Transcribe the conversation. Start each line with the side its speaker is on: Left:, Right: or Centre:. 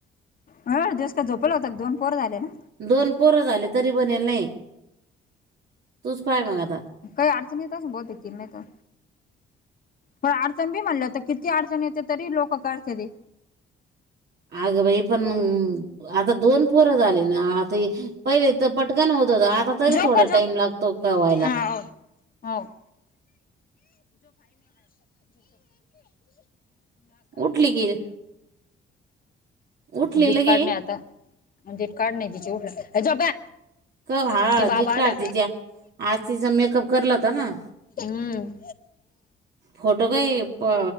Left: हा. दिवस का झोपल होता दोन पोर झाले ना.
Right: दोन पोरं झाली तरी बनेल नाही. तूच पाय मग आता.
Left: काही अडचण येत असेल बहुतेक तिला नाही का. पण अडचण बी म्हणले तर किती अडचण येते तरी लोक काढत्याती.
Right: अगं बाई पण मग आता दोन पोरं झाले ना आता पहिले तर पटकान होत होत आता तरी
Left: झोप
Right: थोडा
Left: गं झोप
Right: टाइम लागतो कवा हायला
Left: हा हो हो हम्म
Right: उठली की उठली
Left: त दीट
Right: लगे
Left: काढणे आता दीट काढ नाही तिच्या उठला
Right: क हा
Left: ते बाबा
Right: दीट काढ
Left: आला
Right: तिच्या आज तिचां मेकअप करला होता ना
Left: हम्म
Right: फोटो काही प